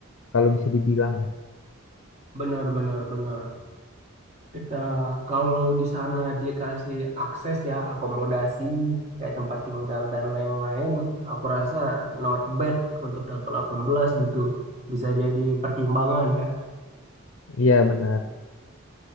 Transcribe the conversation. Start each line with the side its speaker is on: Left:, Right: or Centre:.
Left: Kalau bisa dibilang ya.
Right: Benar benar benar. Kita kalau di sana dikasih akses ya akomodasi kayak tempat tinggal dan lain-lain, aku rasa not bad untuk dapat 18 gitu. Bisa jadi pertimbangan ya.
Left: Iya benar.